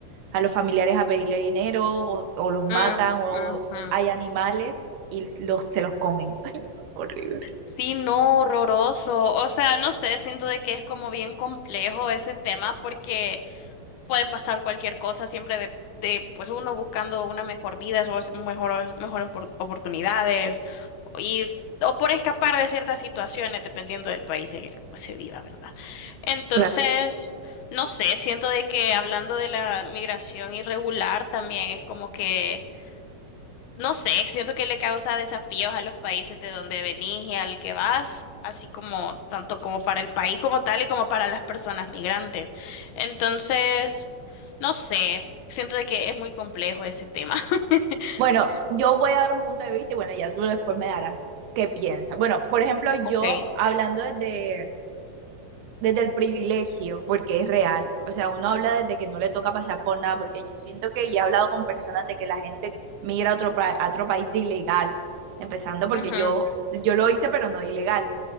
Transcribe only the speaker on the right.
a los familiares a pedirle dinero o, o los matan
o
hay animales y los, se los comen. <laughs> Ay, no, horrible.
Claro.
Bueno, yo voy a dar un punto de vista y bueno, ya tú después me darás qué piensas. Bueno, por ejemplo, yo
hablando desde desde el privilegio, porque es real. O sea, uno habla desde que no le toca pasar por nada, porque yo siento que ya he hablado con personas de que la gente migra a otro, pa- a otro país de ilegal, empezando porque
yo, yo lo hice, pero no de ilegal.